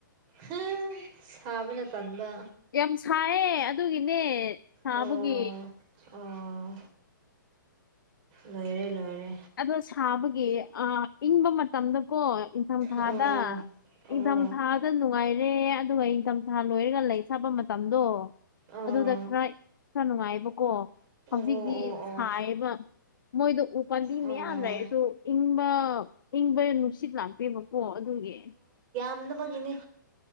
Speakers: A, on the right (about 35°); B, on the left (about 75°).
A: ꯍꯥ ꯁꯥꯕꯅ ꯇꯟꯕ
B: ꯌꯥꯝ ꯁꯥꯏꯌꯦ ꯑꯗꯨꯒꯤꯅꯦ ꯁꯥꯕꯒꯤ
A: ꯑꯣ ꯑꯣ ꯂꯣꯏꯔꯦ ꯂꯣꯏꯔꯦ
B: ꯑꯗꯣ ꯁꯥꯕꯒꯤ ꯑ ꯏꯪꯕ ꯃꯇꯝꯗꯀꯣ ꯏꯪꯊꯝꯊꯥꯗ
A: ꯑꯣ ꯑꯣ
B: ꯏꯪꯊꯝꯊꯥꯗ ꯅꯨꯡꯉꯥꯏꯔꯦ ꯑꯗꯨꯒ ꯏꯪꯊꯝꯊꯥ ꯂꯣꯏꯔꯒ ꯂꯩ ꯆꯠꯄ ꯃꯇꯝꯗꯣ
A: ꯑꯣ
B: ꯑꯗꯨꯗ ꯈꯔ ꯈꯔ ꯅꯨꯡꯉꯥꯏꯕꯀꯣ
A: ꯑꯣ
B: ꯍꯧꯖꯤꯛꯇꯤ
A: ꯑꯣ ꯑꯣ
B: ꯁꯥꯏꯌꯦꯕ ꯃꯣꯏꯗ ꯎ ꯄꯥꯟꯗꯤꯃꯦ
A: ꯑꯣ
B: ꯍꯥꯏꯁꯨ ꯏꯪꯕ ꯏꯪꯕ ꯅꯨꯡꯁꯤꯠ ꯂꯥꯛꯇꯦꯕꯀꯣ ꯑꯗꯨꯒꯤ
A: ꯉꯝꯅꯕꯒꯤꯅꯤ